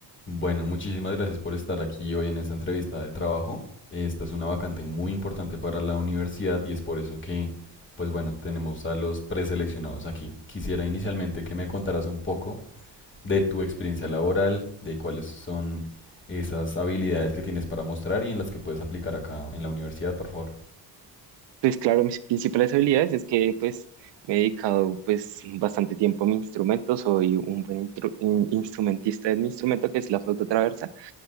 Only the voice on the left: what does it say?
Bueno, muchísimas gracias por estar aquí hoy en esta entrevista de trabajo. Esta es una vacante muy importante para la universidad y es por eso que, pues bueno, tenemos a los preseleccionados aquí. Quisiera inicialmente que me contaras un poco de tu experiencia laboral, de cuáles son esas habilidades que tienes para mostrar y en las que puedes aplicar acá en la universidad, por favor.